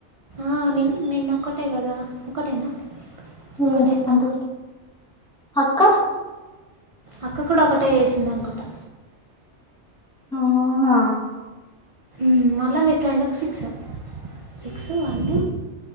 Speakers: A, on the right; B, in the centre.
A: హ నిన్ నిన్నొక్కటే కదా, ఒకటేనా
B: ఏ
A: ఒకటే
B: అంతస్కి అక్క
A: అక్క కూడా ఒకటే ఎసిందానుకుంటా
B: అవునా
A: హ్మ్ మల్ల మీ ఫ్రెండ్ కు six, six, one,